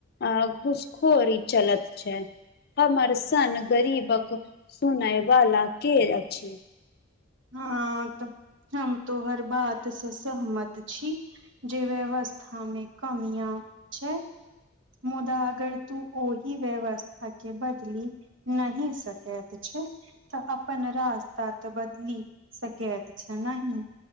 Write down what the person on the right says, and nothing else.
हँ तऽ हम तोहर बात स सहमत छी जे व्यवस्था मे कमिया छै मुदा अगर तू ओहि व्यवस्था के बदलि नही सकैत छैय तऽ अपन रास्ता तऽ बदीली सकैत छै नहि